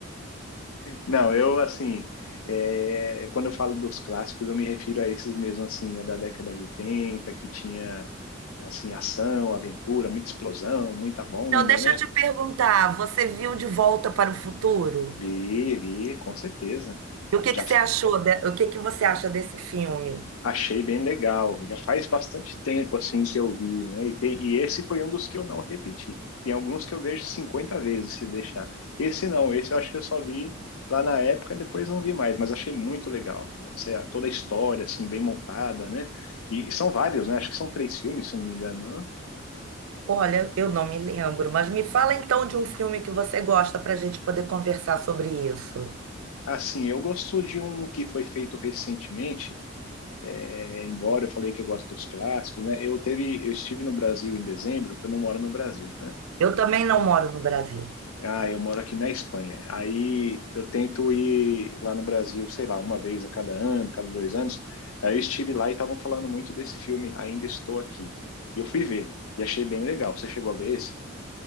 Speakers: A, on the left (about 80°); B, on the right (about 80°).
A: Não, eu assim, é, quando eu falo dos clássicos, eu me refiro a esses mesmo assim, né, da década de 80, que tinha assim ação, aventura, muita explosão, muita bomba,
B: Então, deixa
A: né?
B: eu te perguntar, você viu De Volta para o Futuro?
A: Vi, vi, com certeza.
B: E o que
A: Já
B: que você achou, de- o que que você acha desse filme?
A: Achei bem legal. Já faz bastante tempo assim que eu vi, né? E, tem- e esse foi um dos que eu não repeti. Tem alguns que eu vejo 50 vezes se deixar. Esse não, esse eu acho que eu só vi lá na época e depois não vi mais, mas achei muito legal. Essa- é toda a história assim bem montada, né? E, e são vários, né? Acho que são três filmes, se não me engano. né?
B: Olha, eu não me lembro, mas me fala então de um filme que você gosta para a gente poder conversar sobre isso.
A: Assim, eu gosto de um que foi feito recentemente. é, embora eu falei que eu gosto dos clássicos, né? Eu teve, eu estive no Brasil em dezembro, que eu não moro no Brasil, né?
B: Eu também não moro no Brasil.
A: Ah, eu moro aqui na Espanha. Aí eu tento ir lá no Brasil, sei lá, uma vez a cada ano, cada dois anos. Aí eu estive lá e estavam falando muito desse filme Ainda Estou Aqui. E eu fui ver e achei bem legal. Você chegou a ver esse?